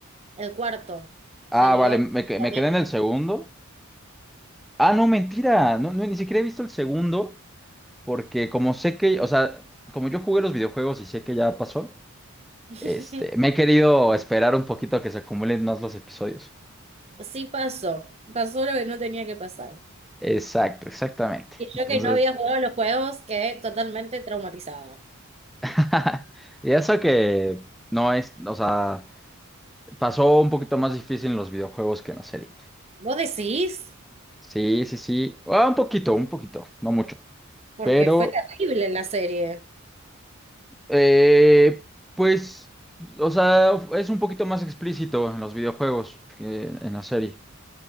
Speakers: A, on the right (about 30°); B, in the centre.
A: El cuarto
B: Ah,
A: salió
B: vale, me, que-
A: lo
B: me
A: mismo.
B: quedé en el segundo. Ah, no, mentira. No, no, ni siquiera he visto el segundo, porque como sé que, o sea, como yo jugué los videojuegos y sé que ya pasó,
A: <laughs>
B: este, me he querido esperar un poquito a que se acumulen más los episodios.
A: Sí pasó, pasó lo que no tenía que pasar.
B: Exacto, exactamente.
A: Y
B: Entonces,
A: yo que no había jugado los juegos quedé totalmente traumatizada.
B: <laughs> y eso que no es, o sea, pasó un poquito más difícil en los videojuegos que en la serie.
A: ¿Vos decís?
B: Sí, sí, sí. Ah, un poquito, un poquito, no mucho.
A: Porque
B: Pero
A: fue terrible la serie.
B: Eh, pues, o sea, es un poquito más explícito en los videojuegos que en la serie.